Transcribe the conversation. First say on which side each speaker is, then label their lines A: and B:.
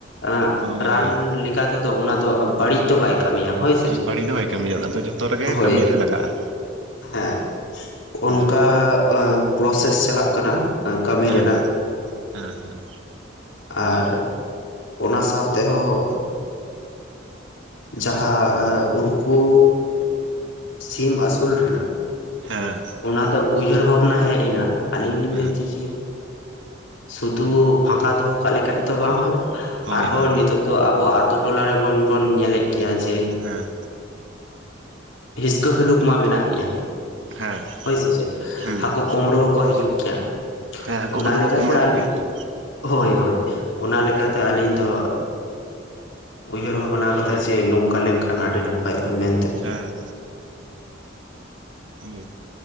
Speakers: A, on the left; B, on the right.
A: ᱮ
B: ᱦᱳᱭ
A: ᱨᱟᱱ
B: ᱦᱳᱭ
A: ᱞᱮᱠᱟ ᱛᱮᱫᱚ ᱚᱱᱟ ᱫᱚ ᱵᱟᱹᱲᱤᱡ ᱫᱚ ᱵᱟᱭ ᱠᱟᱹᱢᱤᱭᱟ ᱦᱳᱭ ᱥᱮ
B: ᱵᱟᱹᱲᱤᱡ ᱫᱚ ᱵᱟᱭ ᱠᱟᱹᱢᱤᱭᱟ ᱚᱱᱟ ᱫᱚ ᱡᱷᱚᱛᱚ ᱨᱮᱜᱮ
A: ᱦᱳᱭ
B: ᱠᱟᱹᱢᱤ ᱨᱮ ᱞᱟᱜᱟᱜᱼᱟ
A: ᱦᱮᱸ
B: ᱦᱩᱸ
A: ᱚᱱᱠᱟ ᱯᱨᱚᱥᱮᱥ ᱪᱟᱞᱟᱜ ᱠᱟᱱᱟ ᱠᱟᱹᱢᱤ
B: ᱦᱮᱸ
A: ᱨᱮᱱᱟᱜ
B: ᱦᱮᱸ ᱦᱮᱸ
A: ᱟᱨ ᱚᱱᱟ ᱥᱟᱶ ᱛᱮᱦᱚᱸ ᱡᱟᱦᱟᱸ ᱩᱱᱠᱩ ᱥᱤᱢ ᱟᱹᱥᱩᱞ ᱨᱮᱱᱟᱜ
B: ᱦᱮᱸ
A: ᱚᱱᱟ ᱫᱚ ᱩᱭᱦᱟᱹᱨ ᱵᱷᱟᱵᱽᱱᱟ ᱦᱮᱡ ᱮᱱᱟ ᱟᱹᱞᱤᱧ ᱞᱤᱧ
B: ᱦᱮᱸ
A: ᱞᱟᱹᱭ ᱪᱮᱫ ᱥᱩᱫᱷᱩ ᱯᱷᱟᱸᱠᱟ ᱫᱚᱦᱚ ᱠᱟᱜ ᱞᱮᱠᱷᱟᱡ ᱛᱚ ᱵᱟᱝ ᱦᱩᱭᱩᱜ
B: ᱦᱳᱭ
A: ᱟᱨᱦᱚᱸ
B: ᱦᱳᱭ
A: ᱱᱤᱛᱚᱜ ᱫᱚ ᱟᱵᱚ ᱟᱛ ᱴᱚᱞᱟ ᱨᱮᱵᱚᱱ ᱵᱚᱱ ᱧᱮᱞᱮᱫ ᱜᱮᱭᱟ ᱡᱮ
B: ᱦᱮᱸ
A: ᱦᱤᱥᱠᱟᱹ ᱦᱟᱞᱩᱠ ᱢᱟ ᱢᱮᱱᱟᱜ ᱜᱮᱭᱟ᱾
B: ᱦᱮᱸ
A: ᱦᱳᱭ ᱥᱮ ᱪᱮᱫ
B: ᱦᱮᱸ
A: ᱦᱟᱹᱠᱩ ᱠᱩᱢᱲᱩ ᱦᱚᱸᱠᱚ ᱦᱤᱡᱩᱜ ᱜᱮᱭᱟ
B: ᱦᱮᱸ ᱦᱟᱹᱠᱩ
A: ᱚᱱᱟ
B: ᱠᱚᱫᱚ
A: ᱞᱮᱠᱟᱛᱮ
B: ᱠᱚ ᱠᱩᱢᱵᱽᱲᱩ
A: ᱟ
B: ᱠᱚᱜᱮᱭᱟ ᱛᱚ
A: ᱦᱳᱭ ᱦᱳᱭ ᱚᱱᱟ ᱞᱮᱠᱟᱛᱮ ᱟᱹᱞᱤᱧ ᱫᱚ ᱩᱭᱦᱟᱹᱨ ᱵᱷᱟᱵᱽᱱᱟ ᱟᱠᱟᱫᱟ ᱡᱮ ᱱᱚᱝᱠᱟ ᱞᱮᱱᱠᱷᱟᱱ ᱟᱹᱰᱤ ᱱᱟᱯᱟᱭᱚᱜᱼᱟ ᱢᱮᱱᱛᱮ
B: ᱦᱮᱸ ᱦᱮᱸ